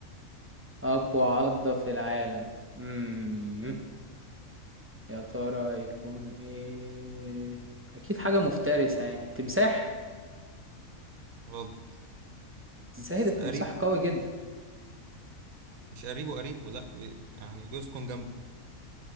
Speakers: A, on the right; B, on the right.
A: اقوى عضة في العالم امم يا ترى يكون ايه اكيد حاجة مفترسة يعني التمساح
B: غلط
A: ازاي ده التمساح
B: قريب
A: قوي جدا
B: مش قريبه قريبه لا بي- يعني بيسكن جنبه